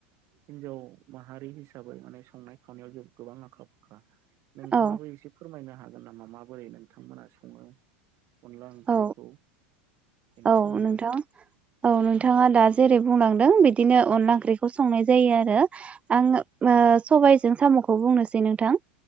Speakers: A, on the right; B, on the right.
A: हिनजाव माहारि हिसाबै माने संनाय खावनायाव जों गोबां आखा फाखा नोंथाङाबो
B: औ
A: एसे फोरमायनो हागोन नामा माबोरै नोंथांमोना सङो अनला ओंख्रिखौ
B: औ
A: बेनि
B: औ
A: सोमोन्दै
B: नोंथां औ नोंथाङा दा जेरै बुंलांदों बिदिनो अनला ओंख्रिखौ संनाय जायो आरो आं सबायजों सामुखौ बुंनोसै नोंथां